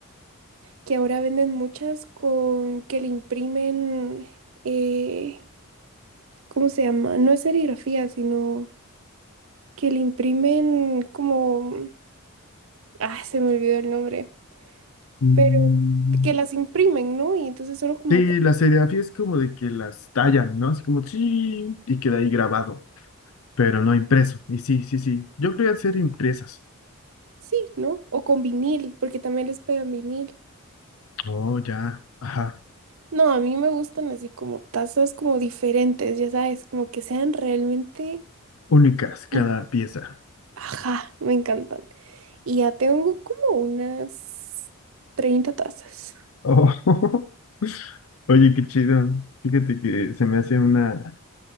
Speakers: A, on the right (about 65°); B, on the left (about 70°).
A: que ahora venden muchas con que le imprimen, eh, ¿cómo se llama? No es serigrafía, sino... que le imprimen como, ah, se me olvidó el nombre,
B: Mm,
A: pero que las imprimen, ¿no? Y entonces solo como
B: Sí,
A: que
B: la serigrafía es como de que las tallan, ¿no? Así como, sí, y queda ahí grabado, pero no impreso. Y sí, sí, sí. Yo quería hacer impresas.
A: sí, ¿no? O con vinil, porque también les pegan vinil.
B: Oh, ya. Ajá.
A: No, a mí me gustan así como tazas como diferentes, ya sabes, como que sean realmente,
B: Únicas cada
A: Sí.
B: pieza.
A: ajá, me encantan. Y ya tengo como unas treinta tazas.
B: Oh, <laughs> oye, qué chido. Fíjate que se me hace una.